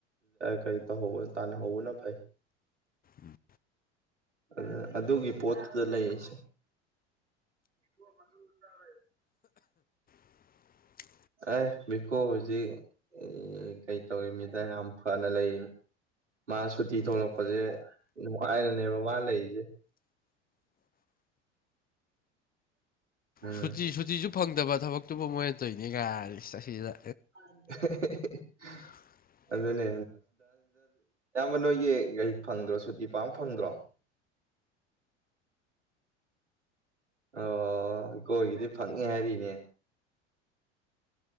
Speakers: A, on the right; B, on the left.
A: ꯀ ꯇ ꯇꯥꯟꯅꯍꯧꯕꯅ ꯐꯩ
B: ꯎꯝ
A: ꯑ ꯑꯗꯨꯒꯤ ꯄꯣꯠꯇꯨꯗ ꯂꯩꯁꯦ ꯊ ꯃꯟ ꯎꯔ ꯇꯇꯥꯔꯦ
B: <inaudible>
A: ꯑꯦ ꯃꯤꯀꯣ ꯍꯧꯖꯤ ꯑꯦ ꯀꯩ ꯇꯧꯔꯤ ꯃꯤꯗ ꯌꯥꯝ ꯐꯅ ꯂꯩꯔꯤ ꯃꯥ ꯁꯨꯇꯤ ꯊꯣꯛꯂꯛꯄꯁꯦ ꯅꯨꯡꯉꯥꯏꯔꯅꯦꯕ ꯃꯥ ꯂꯩꯔꯤꯁꯦ ꯎꯝ
B: ꯁꯨꯇꯤ ꯁꯨꯇꯤꯁꯨ ꯐꯪꯗꯕ ꯊꯕꯛꯇꯨꯕꯨ ꯃꯣꯏꯅ ꯇꯣꯏꯅꯤ ꯀꯥꯏ ꯆꯍꯤꯗ
A: <inaudible>
B: <inaudible>
A: ꯑꯗꯨꯅꯦ ꯑꯌꯥꯝꯕ ꯅꯣꯏꯒꯤ ꯒꯥꯔꯤ ꯐꯪꯗ꯭ꯔꯣ ꯁꯨꯇꯤ ꯄꯥꯝꯕ ꯐꯪꯗ꯭ꯔꯣ ꯑ ꯒꯣꯏꯜꯒꯤꯗꯤ ꯐꯪꯉꯦ ꯍꯥꯏꯔꯤꯅꯦ